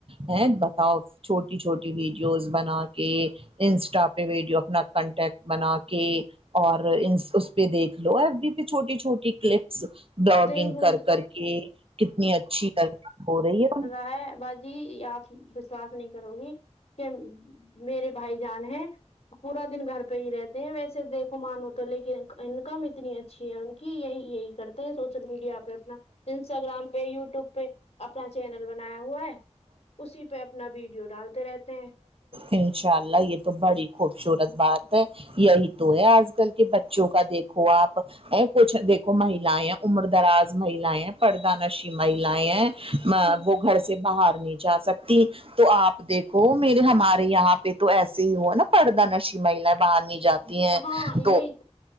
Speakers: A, on the right (about 50°); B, on the left (about 55°).
A: ہیں بتاؤ ہے چھوٹی چھوٹی ویڈیوز بنا کے انسٹا پہ ویڈیو اپنا کنٹیکٹ بنا کے اور اس پہ دیکھلو ایف ڈپہ چھوٹی چھوٹی کلپس بلوکنگ
B: دیکھ لو
A: کر کر کے کتنی اچھی ارننگ ہو رہی ہے
B: <unintelligible> جی آپ وشواس نہیں کرو گی کہ میرے بھائی جان ہیں پورا دن گھر پہ ہی رہتے ہیں ویسے دیکھو مانو تو لیکن انکم اتنی اچھی ہے ان کی یہی یہی کر تے سوشل میڈیا پہ اپنا انسٹاگرام پہ یوٹیوب پہ اپنا چینل بنایا ہوا ہے اسی پہ اپنا ویڈیو ڈالتے رہتے ہیں
A: انشاء اللہ یہ تو بڑی خوبصورت بات ہے یہی تو ہے آج کل کے بچوں کا دیکھو آپ ہیں کچھ دیک مہیلاے امر دراز مہیلاے ہیں پردہ نشی مہیلایں ہیں
B: ہ
A: وہ گھر سے باہر نہیں جا سکتی تو آپ دیکھو میرے ہمارے یہاں پہ تو ایسے ہی ہوا نا پردہ نشی مہیلائیں باہر نہیں جاتی ہیں
B: ہاں یہی
A: تو